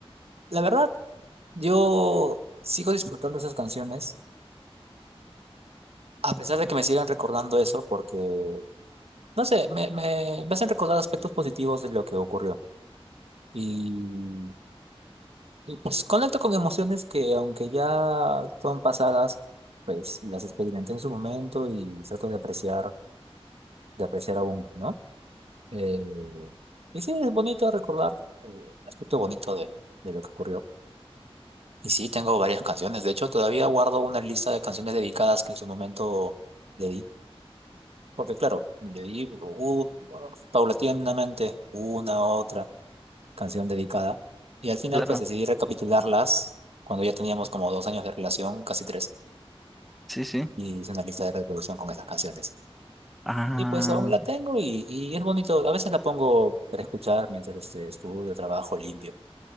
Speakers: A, on the right; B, in the centre.
A: la verdad, yo sigo disfrutando esas canciones, a pesar de que me sigan recordando eso, porque, no sé, me, me, me hacen recordar aspectos positivos de lo que ocurrió. Y, y pues conecto con emociones que, aunque ya son pasadas, pues las experimenté en su momento y trato de apreciar. de apreciar aún, ¿no? Eh, y sí, es bonito recordar eh, el aspecto bonito de, de lo que ocurrió. Y sí, tengo varias canciones. De hecho, todavía guardo una lista de canciones dedicadas que en su momento le di. Porque claro, le di uh, bueno, paulatinamente una otra canción dedicada. Y al final,
B: Claro,
A: pues decidí recapitularlas cuando ya teníamos como dos años de relación, casi tres.
B: sí, sí.
A: Y hice una lista de reproducción con esas canciones.
B: Ah,
A: Y pues aún la tengo y, y es bonito. A veces la pongo para escuchar mientras este, estudio, trabajo, limpio.